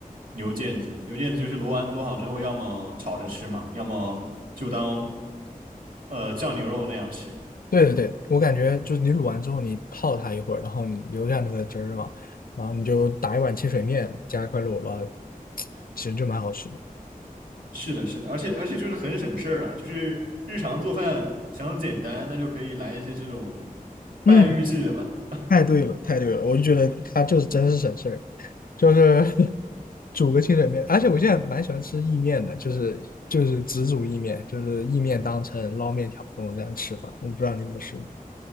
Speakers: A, on the right; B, on the left.
A: 牛腱子，牛腱子就是卤完卤好之后，要么炒着吃嘛，要么就当呃酱牛肉那样吃。
B: 对对对，我感觉就是你卤完之后，你泡它一会儿，然后你留下那个汁儿嘛，然后你就打一碗清水面，加一块肉了，然后其实就蛮好吃的。
A: 是的，是的，而且而且就是很省事儿啊，就是日常做饭想简单，那就可以来一些这种半预制的吧。
B: 嗯，
A: <laughs>
B: 太对了，太对了，我就觉得它就是真是省事儿。就是 <laughs> 煮个清水面，而且我现在蛮喜欢吃意面的，就是就是只煮意面，就是意面当成捞面条那种这样吃法。我不知道你有没有试过，